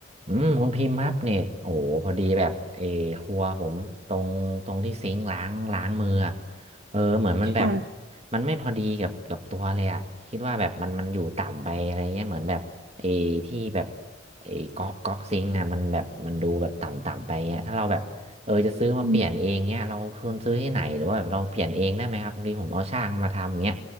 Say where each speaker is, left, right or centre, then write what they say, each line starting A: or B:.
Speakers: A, on the right (about 35°); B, on the right (about 60°).
A: อืมคุณพิมพ์ครับเนี่ยโอ้โหพอดีแบบเออครัวผมตรงตรงที่ซิงค์ล้างล้างมืออะเออเหมือนมันแบบ
B: ค่ะ
A: มันไม่พอดีกับกับตัวเลยอ่ะคิดว่าแบบมันมันอยู่ต่ำไปอะไรเงี้ยเหมือนแบบไอ้ที่แบบไอ้ก๊อกก๊อกซิงค์อ่ะมันแบบมันดูแบบต่ำต่ำไปเงี้ยถ้าเราแบบเออจะซื้อมาเปลี่ยนเองเงี้ยเราควรซื้อที่ไหนหรือว่าแบบเราเปลี่ยนเองได้ไหมครับบางทีผมเอาช่างมาทำเงี้ย
B: อืม